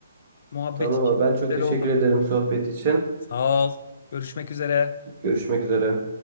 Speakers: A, on the left (about 45°); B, on the right (about 35°).
A: Muhabbet
B: Tamam
A: için.
B: abi ben çok
A: Güzel
B: teşekkür
A: oldu.
B: ederim sohbet için.
A: Sağ ol. Görüşmek üzere.
B: Görüşmek üzere.